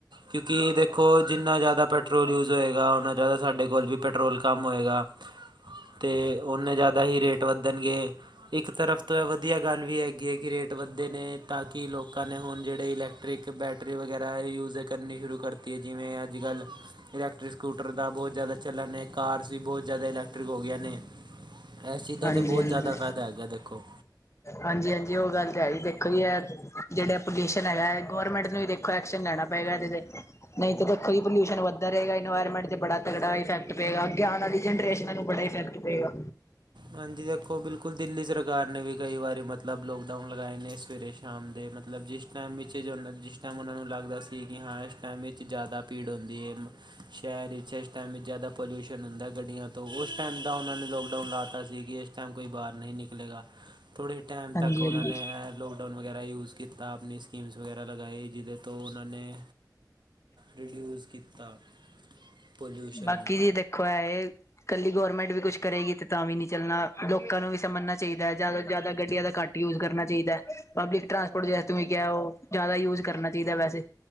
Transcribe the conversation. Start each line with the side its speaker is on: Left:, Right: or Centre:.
Right: ਕਿਉਂਕਿ ਦੇਖੋ ਜਿੰਨਾ ਜ਼ਿਆਦਾ ਪੈਟ ਪੈਟਰੋਲ ਯੂਜ਼ ਹੋਏਗਾ, ਉਹਨਾਂ ਜ਼ਿਆਦਾ ਸਾਡੇ ਕੋਲ ਵੀ ਪੈਟਰੋਲ ਕੰਮ ਹੋਏਗਾ। ਤੇ ਓਨੇ ਜ਼ਿਆਦਾ ਹੀ ਰੇਟ ਵੱਧਣਗੇ। ਇੱਕ ਤਰਫ ਤੋਂ ਇਹ ਵਧੀਆ ਗੱਲ ਵੀ ਹੈਗੀ ਹੈ, ਕਿ ਰੇਟ ਵੱਧਦੇ ਨੇ ਤਾਂ ਕਿ ਲੋਕਾਂ ਨੇ ਹੁਣ ਜਿਹੜੇ ਇਲੈਕਟ੍ਰਿਕ ਬੈਟ ਬੈਟਰੀ ਵਗੈਰਾ ਯੂਜ ਕਰਨੀ ਸ਼ੁਰੂ ਕਰਤੀ ਹੈ, ਜਿਵੇਂ ਅੱਜ-ਕੱਲ੍ਹ ਇਲੈਕਟ੍ਰਿਕ ਸਕੂਟਰ ਦਾ ਬਹੁਤ ਜ਼ਿਆਦਾ ਚੱਲਣ ਨੇ ਕਾਰ ਵੀ ਬਹੁਤ ਜ਼ਿਆਦਾ ਇਲੈਕਟ੍ਰਿਕ ਹੋ ਗਈਆਂ ਨੇ, ਇਸ ਚੀਜ਼ ਦਾ
Left: ਹਾਂਜੀ
Right: ਤਾਂ ਬਹੁਤ
Left: ਹਾਂਜੀ
Right: ਜ਼ਿਆਦਾ ਫਾਇਦਾ ਹੈਗਾ ਦੇਖੋ।
Left: ਹਾਂਜੀ-ਹਾਂਜੀ ਉਹ ਗੱਲ ਤਾਂ ਹੈ ਜੀ ਦੇਖੋ ਜੀ ਹੈ, ਜਿਹੜੇ ਪ੍ਰਦੂਸ਼ਨ ਹੈਗਾ ਗਵਰਮੈਂਟ ਨੂੰ ਵੀ ਦੇ ਐਕਸ਼ਨ ਲੈਣਾ ਪਏਗਾ ਐਦੈ, ਨਹੀਂ ਤਾਂ ਞੇਖੌ ਪਲਿਊਸ਼ਨ ਵੱਧਦਾ ਰਹੇਗਾ, ਗੈਰਮੈਂਟ ਤੇ ਬੜਾ ਤਗੜਾ ਇਫੈਕਟ ਪਏਗਾ, ਅੱਗੇ ਆਉਣ ਵਾਲੀ ਜਨਰੇਸ਼ਨਨਾਂ ਨੂੰ ਬੜਾ ਇਫੈਕਟ ਪਏਗਾ।
Right: ਹਾਂਜੀ ਦੇਖੋ, ਬਿਲ ਹੁੲ ਦਿੱਲੀ ਸਰਕਾਰ ਨੇ ਵੀ ਕਈ ਵਾਰੀ ਮਤਲਬ, ਲੋਕਡਾਊਨ ਲਗਾਏ ਨੇ ਸਵੇਰੇ ਸ਼ਾਮ ਦੇ ਮਤਲਬ ਜਿਸ ਇਸ ਟਾਈਮ ਜੋ ਜਿਸ ਟਾਈਮ ਉਹਨਾਂ ਨੂੰ ਲੱਗਦਾ ਸੀ, ਕਿ ਹਾਂ ਇਸ ਟਾਈਮ ਵਿੱਚ ਜ਼ਿਆਦਾ ਭੀੜ ਹੁੰਦੀ ਹੈ। ਸ਼ਹਿਰ ਵਿੱਚ ਇਸ ਟਾਈਮ ਵਿੱਚ ਜ਼ਿਆਦਾ ਪੋਲਿਊਸ਼ਨ ਹੁੰਦਾ, ਗੱਡੀਆਂ ਤੋਂ ਉਸ ਟਾਈਮ ਦਾ ਉਹਨਾਂ ਨੇ ਲੋਕਡਾਊਨ ਲਾ ਤਾ ਸੀ ਕਿ, ਇਸ ਟਾਈਮ ਕੋਈ ਬਾਹਰ ਨਹੀਂ ਨਿਕਲੇਗਾ, ਥੋੜੇ ਟਾਈਮ
Left: ਹਾਂਜੀ-ਹਾਂਜੀ
Right: ਤੱਕ ਉਹਨਾਂ ਨੇ ਲੋਕ ਨ ਵਗੈਰਾ ਯੂਜ ਕੀਤਾ, ਆਪਣੀ ਸਕੀਮਸ ਵਗੈਰਾ ਲਗਾਏ ਜਿਹਦੇ ਤੋਂ ਉਹਨਾਂ ਨੇ ਰਿਡਿਊਸ ਕੀਤਾ। ਪੋਲਿਊਸ਼ਨ
Left: ਬਾਕੀ
Right: ਨੂੰ
Left: ਜੀ ਦੇਖੋ ਹੈ ਇਹ ਏ, ਇਕੱਲੀ ਗੌਰਰਮੈਂਟ ਵੀ ਕੁਛ ਕਰੇਗੀ, ਤੇ ਤਾਂ ਵੀ ਨਹੀਂ ਚੱਲਣਾ ਲੋਕਾਂ ਨੂੰ ਵੀ ਸਮਝਣਾ ਚਾਹੀਦਾ ਹੈ, ਜ਼ਿਆਦਾ ਤੋਂ ਜ਼ਿਆਦਾ ਗੱਡੀਆਂ ਦਾ ਘੱਟ ਯੂਜ ਕਰਨਾ ਚਾਹੀਦਾ। ਪਬਲਿਕ ਟਰਾਂਸਪੋਰਟ ਜੇ ਤੂੰ ਕਿਹਾ, ਉਹ ਜ਼ਿਆਦਾ ਯੂਜ ਕਰਨਾ ਚਾਹੀਦਾ ਵੈਸੇ,